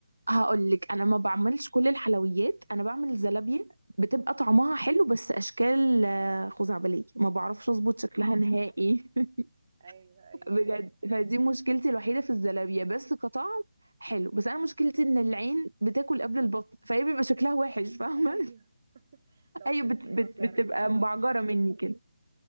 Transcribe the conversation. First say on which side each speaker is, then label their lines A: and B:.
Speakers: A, on the right; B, on the right.
A: هقول لك انا ما بعملش كل الحلويات انا بعمل زلابيه بتبقى طعمها حلو بس اشكال آه، خزعبليه ما بعرفش اظبط شكلها نهائي <laughs>
B: ايوه ايوه
A: بجد فدي مشكلتي الوحيدة في الزلابية بس كطعم حلو بس انا مشكلتي ان العين بتاكل قبل البطن فهي بيبقى شكلها وحش فاهمة
B: <laughs> ايوه
A: <laughs>
B: طب
A: ايوه
B: انتي
A: بت بت
B: ما بتعرفيش
A: بتبقى
B: تعملي
A: مبعجرة
B: كيك
A: مني كده